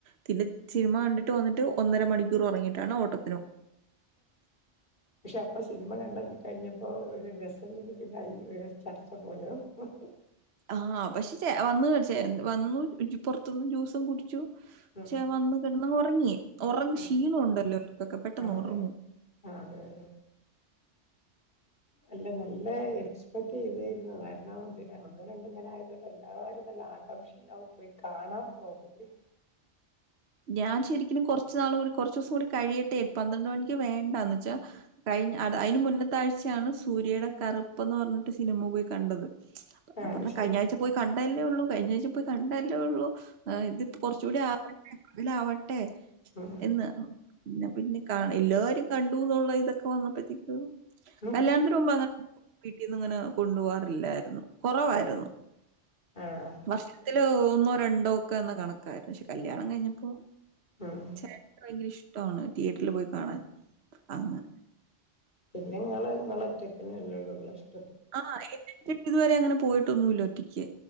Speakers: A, on the right; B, on the left.
A: പിന്നെ സിനിമ കണ്ടിട്ട് വന്നിട്ട് ഒന്നര മണി റ് ഒറങ്ങിട്ടാണ് ഓട്ട്-
B: പക്ഷെ അപ്പൊ സിനിമ കണ്ട കഴിഞ്ഞപ്പോ- രസല്ലെങ്കി പിന്നെ ഐ ഒരു ചർച്ച പോലൊ ഓഹ് -
A: ആഹ് പക്ഷെ ച വന്ന് വന്നു പൊറത്തുന്ന് ജ്യൂസും കുടിച്ചു
B: ഉം
A: ക്ഷെ വന്ന് കെട അങ് ഒറങ്ങി ഒറങ്ങ്
B: അതെ
A: ക്ഷീണ ൊണ്ടല്ലോ അവർക്കൊക്കെ പെട്ടെന്ന്
B: അതെ
A: ഒറങ്ങും-
B: അതെ അതെ അല്ല നല്ല എക്സ്പെർട് ചെയ്തിരുന്നു കാരണംതിന ഒന്നും രണ്ടും ഇങ്ങനെ ആയതോണ്ട് എല്ലാരും നല്ല- ആകാംക്ഷയിലാവു പോയി കാണാൻ പോവല്ലേ-
A: ഞാൻ ശരിക്ക്നും കൊറ്ച്ച് നാള്കൂടി കൊറ് ചൂസ്കൂടി കഴിയട്ടെ പന്ത്രണ്ട് മണിക്ക് വേണ്ടാന്ന് വെച്ചാ- കഴിഞ്ഞ് അയ്ന് മുന്നെത്താഴ്ചയാണ് സൂര്യയുടെ കറുപ്പ്ന്ന് പറഞ്ഞിട്ട് സിനിമ പോയി കണ്ടത്- ഞാൻ
B: ആഹ്
A: പറഞ്ഞ
B: അത് ശരി.
A: കഴിഞ്ഞ ആഴ്ച പോയി കണ്ടല്ലേ ഒള്ളൂ കഴിഞ്ഞ ആഴ്ച പോയി കണ്ടല്ലേ ഒള്ളൂ- ആഹ് ഇതി കൊറേച്ചൂടി ആവട്ടെ അതിലാവട്ടെ-
B: ആഹ്
A: എന്ന് പിന്ന പിന്നെ കാ എല്ലാരും കണ്ടു എന്നുള്ള ഇതൊക്കെ വന്നപ്പോത്തേക്ക്-
B: ഉം
A: കല്യാണത്തിന് പോവുമ്പോ അങ്ങനെ വീട്ടീന്ന് അങ്ങനെ കൊണ്ടു പോവാറില്ലായിരുന്നു കൊറവായിരുന്നു
B: ആഹ് ആഹ്
A: വർഷത്തിൽ ഒന്നോ രണ്ടോ ഒക്കെ എന്ന കണക്കായിരുന്നു പക്ഷെ കല്യാണം കഴിഞ്ഞപ്പോ
B: ഉം
A: ചേട്ടന് ഭയങ്കര ഇഷ്ട ഇഷ്ടാണ് തിയേറ്ററിൽ പോയി കാണാൻ അങ്ങ്
B: പിന്നെങ്ങള് ഇങ്ങള ഒറ്റക്കനൊള്ളു ഇങ്ങ ഇഷ്ട
A: ആഹ് എന്ന <unintelligible> ഇതുവരെ അങ്ങനെ പോയിട്ടൊന്നുല്ല ഒറ്റക്ക്